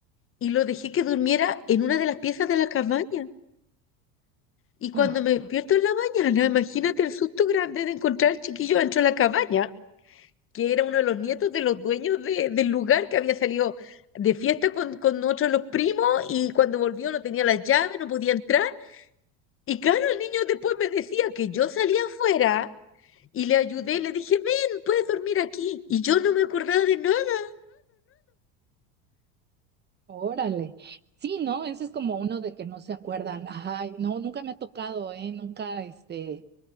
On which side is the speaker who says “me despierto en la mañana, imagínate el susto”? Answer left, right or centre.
Left